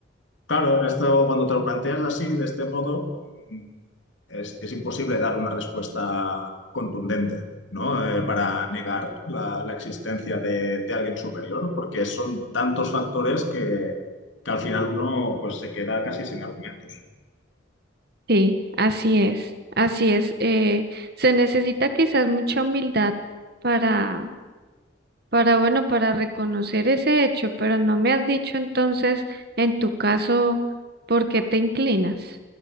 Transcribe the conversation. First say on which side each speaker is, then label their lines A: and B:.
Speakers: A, on the left; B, on the right.
A: Claro, en esto, cuando te lo planteas así, de este modo, mm, es, es imposible dar una respuesta contundente, ¿no? Eh, para negar la, la existencia de, de alguien superior, porque son tantos factores que, que al final uno pues, se queda casi sin argumentos.
B: Sí, así es, así es. Eh, se necesita quizás mucha humildad para, para, bueno, para reconocer ese hecho, pero no me has dicho entonces, en tu caso, por qué te inclinas.